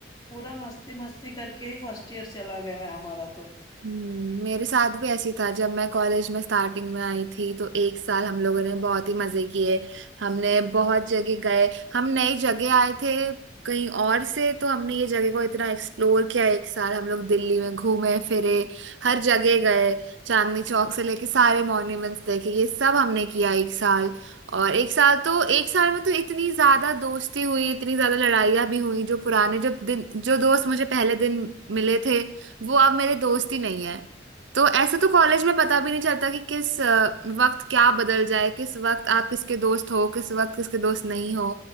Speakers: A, on the left; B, on the right.
A: पूरा मस्ती मस्ती करके ही फर्स्ट ईयर चला गया है हमारा तो
B: हम्म, मेरे साथ भी ऐसी था जब मैं कॉलेज में स्टार्टिंग में आई थी तो एक साल हम लोगों ने बहुत ही मजे किए हमने बहुत जगह गए हम नई जगह आए थे कहीं और से तो हमने ये जगह को इतना एक्सप्लोर किया एक साल हम लोग दिल्ली में घूमे फिरे हर जगह गए चांदनी चौक से लेके सारे मॉन्यूमेंट्स देखे ये सब हमने किया एक साल और एक साल तो एक साल में तो इतनी ज्यादा दोस्ती हुई इतनी ज्यादा लड़ाइयाँ भी हुई जो पुराने जो दिन जो दोस्त मुझे पहले दिन मिले थे वो अब मेरे दोस्त ही नहीं है तो ऐसे तो कॉलेज में पता भी नहीं चलता कि किस अ, वक्त क्या बदल जाए किस वक्त आप किसके दोस्त हो किस वक्त किसके दोस्त नहीं हो